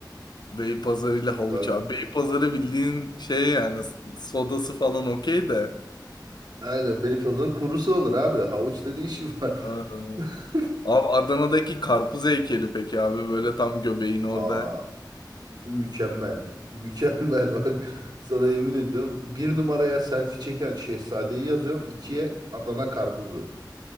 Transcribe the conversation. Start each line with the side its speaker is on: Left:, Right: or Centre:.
Left: Beypazarı ile havuç
Right: Kanka,
Left: abi. Beypazarı bildiğin şey yani sodası falan okey de.
Right: aynen Beypazarı kurusu olur abi. Havuç dediği işi var.
Left: Aa.
Right: <laughs>
Left: Abi Adana'daki karpuz heykeli peki abi böyle tam göbeğin orada.
Right: Aa, Mükemmel. Mükemmel <laughs> bak. Sana yemin ediyorum. Bir numaraya selfie çeken şehzadeyi yazıyorum. İkiye Adana karpuzu.